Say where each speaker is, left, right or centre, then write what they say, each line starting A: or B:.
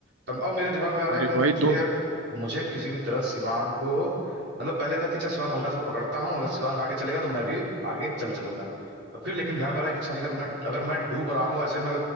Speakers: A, on the right; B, on the right.
A: तब अब मेरे दिमाग में आ रहा
B: अरे
A: है कि यार
B: वही
A: मुझे
B: तो
A: यार मुझे किसी भी तरह शिवांग को मतलब पहले था कि अच्छा शिवांग हल्का सा पकड़ता हूँ अगर शिवांग आगे चलेगा तो मैं भी आगे चल चलूंगा और फिर लेकिन ध्यान में आ रहा है कि अच्छा नहीं अगर मैं अगर मैं डूब रहा हूँ ऐसे में